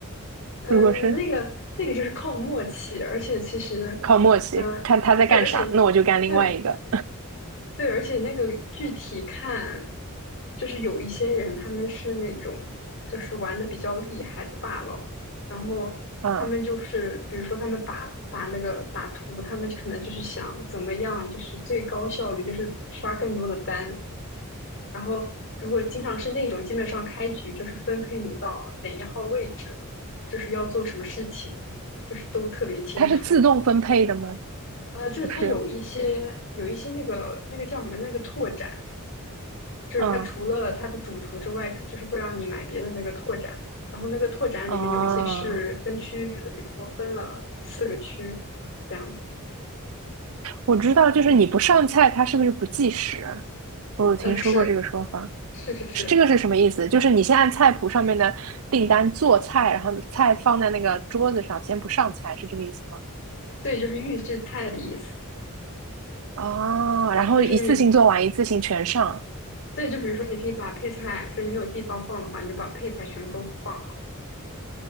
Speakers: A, on the left; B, on the right.
A: 嗯，
B: 如果是
A: 那个那个就是靠默契，而且其实，
B: 靠默契，
A: 呃，
B: 看他在干啥，
A: 对，而且
B: 那我就干另外一个。
A: 对对，而且那个具体看，就是有一些人他们是那种就是玩的比较厉害的大佬，然后他们就是比如说他们打打那个打图，
B: 嗯，
A: 他们可能就是想怎么样，就是最高效率，就是刷更多的单，然后如果经常是那种，基本上开局就是分配你到哪一号位置，就是要做什么事情，就是都特别清楚。
B: 它是自动分配的吗？
A: 呃，就是它有一些有一些那个那个叫什么那个拓展，
B: 不是。
A: 就是它除了它的主图之外，
B: 嗯，
A: 就是会让你买别的那个拓展。然后那个拓展里面有一些是分区域的，
B: 哦，
A: 比如说分了四个区这样子。
B: 我知道，就是你不上菜，它是不是不计时？我有听说过这个说法，
A: 嗯，是是是是，
B: 是这个是什么意思？就是你先按菜谱上面的订单做菜，然后菜放在那个桌子上，先不上菜，是这个意思吗？
A: 对，就是预制菜的意思，
B: 哦，然后一次性做完，
A: 就是你
B: 一次性全上，
A: 对，就比如说你可以把配菜，就是你有地方放的话，你就把配菜全部都放好。